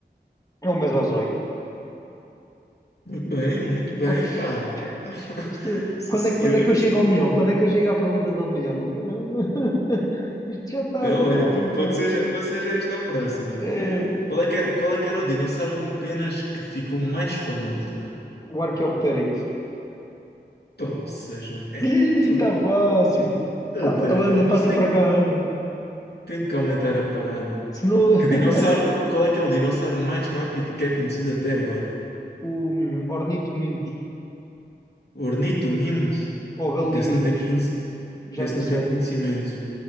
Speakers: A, on the left; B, on the left.
A: É o Mesozoico.
B: Muito bem, muito bem,
A: <laughs>
B: pá. É, pá. <laughs>
A: Isto-
B: Sim,
A: quando
B: senhora,
A: é, quando é que eu
B: sim.
A: chego ao milhão? Quando é que eu chego à pergunta do milhão? <laughs> Isto já está,
B: Então,
A: já
B: olha,
A: está,
B: po-
A: já está.
B: pode ser, já- pode ser já esta a próxima.
A: É,
B: Qual é que, é, qual é que era o dinossauro com penas que ficou mais famoso, meu?
A: o Archaeopteryx.
B: Poças, meu. É,
A: Ih,
B: pá, tu.
A: tá fácil.
B: É, tu
A: Tá fa-
B: te-
A: Ana,
B: então,
A: passa
B: isto tem,
A: para cá, Ana.
B: tem que aumentar a parada.
A: Se não, <laughs>
B: Que dinossauro. Qual é que é o dinossauro mais rápido que é conhecido até agora?
A: o hum, Ornito Mimos.
B: Ornitomimos?
A: Ou Galimimos.
B: Desse não tenho, conhec-
A: Já
B: desse
A: não
B: não
A: sei.
B: tenho conhecimento.